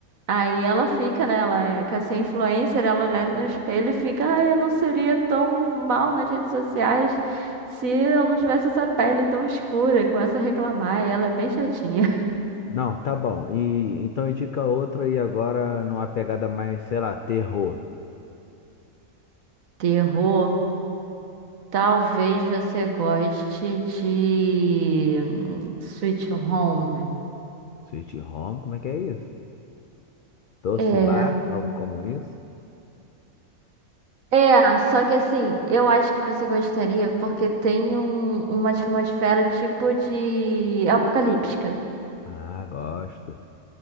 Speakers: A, on the right; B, on the left.
A: Aí ela fica, né? Ela é, quer ser influencer, ela olha no espelho e fica, ai, eu não seria tão mal nas redes sociais se eu não tivesse essa pele tão escura e começa a reclamar. E ela é bem chatinha.
B: Não, tá bom. E então indica outro aí agora numa pegada mais, sei lá, terror.
A: Terror, talvez você goste de hum, Sweet Home.
B: Sweet Home, como é que é isso? Doce
A: É,
B: Lar, algo como isso?
A: é, só que assim, eu acho que você gostaria porque tem um- uma atmosfera tipo de apocalíptica,
B: Ah, gosto.